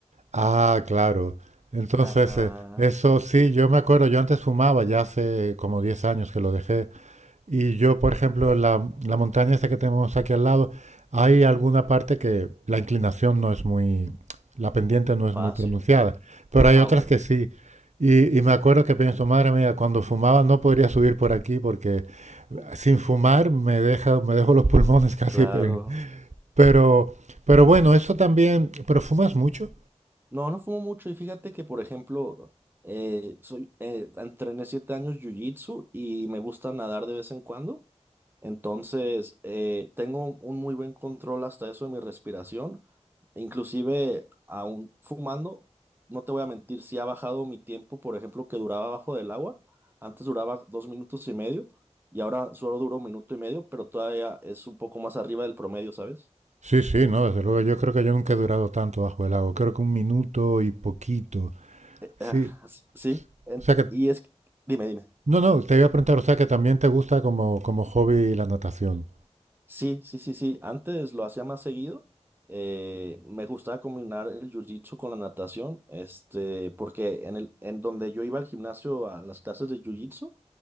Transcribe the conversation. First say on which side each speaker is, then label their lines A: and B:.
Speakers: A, on the right (about 85°); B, on the right (about 20°).
A: Ah, claro. Entonces,
B: Ajá,
A: eh, eso sí, yo me acuerdo, yo antes fumaba, ya hace como 10 años que lo dejé. Y yo, por ejemplo, la, la montaña esta que tenemos aquí al lado, hay alguna parte que la inclinación no es muy, la pendiente no es
B: fácil.
A: muy pronunciada, pero hay
B: Ah,
A: otras
B: ok.
A: que sí. Y, y me acuerdo que pienso, madre mía, cuando fumaba no podría subir por aquí porque
B: Mm,
A: sin fumar me deja, me dejo los pulmones <laughs> casi.
B: Claro.
A: en- Pero, pero bueno, eso también. ¿Pero fumas mucho?
B: No, no fumo mucho y fíjate que, por ejemplo, eh, soy, eh, entrené siete años jiu-jitsu y me gusta nadar de vez en cuando. Entonces, eh, tengo un muy buen control hasta eso de mi respiración. Inclusive, aún fumando, no te voy a mentir, sí ha bajado mi tiempo, por ejemplo, que duraba bajo del agua. Antes duraba dos minutos y medio y ahora solo duro un minuto y medio, pero todavía es un poco más arriba del promedio, ¿sabes?
A: Sí, sí, no, desde luego. Yo creo que yo nunca he durado tanto bajo el agua. Creo que un minuto y poquito. Sí.
B: Ah, s- sí, en-
A: O sea que
B: y es... que- Dime, dime.
A: No, no, te iba a preguntar, o sea, que también te gusta como, como hobby la natación.
B: Sí, sí, sí, sí. Antes lo hacía más seguido. Eh, me gustaba combinar el jiu-jitsu con la natación, este, porque en el, en donde yo iba al gimnasio a las clases de jiu-jitsu,